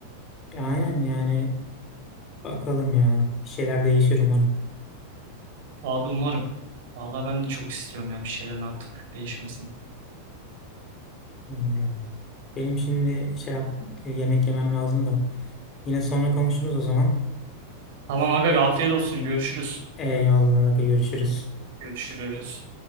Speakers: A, on the left (about 30°); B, on the right (about 50°).
A: Ya aynen yani bakalım ya. Bir şeyler değişir umarım.
B: Abi umarım. Vallahi ben de çok istiyorum ya bir şeylerin artık değişmesin.
A: Öyle ya. Benim şimdi şey yap, yemek yemem lazım da. Yine sonra konuşuruz o zaman.
B: Tamam aga afiyet olsun. Görüşürüz.
A: Eyvallah görüşürüz.
B: Görüşürüz.